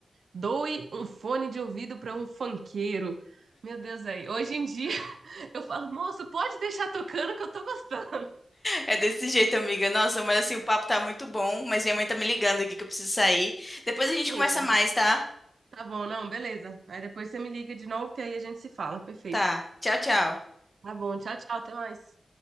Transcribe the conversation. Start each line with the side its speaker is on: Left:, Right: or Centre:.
Right: doe um fone de ouvido para um funkeiro. Meu Deus, aí. Hoje em dia <laughs> eu falo, moço, pode deixar tocando que eu tô gostando.
Left: É desse jeito, amiga. Nossa, mas assim, o papo tá muito bom, mas minha mãe tá me ligando aqui que eu preciso sair. Depois a gente
Right: Eita,
Left: conversa mais, tá?
Right: tá bom, não, beleza. Aí depois você me liga de novo que aí a gente se fala. Perfeito.
Left: Tá. Tchau, tchau.
Right: Tá bom, tchau, tchau, até mais.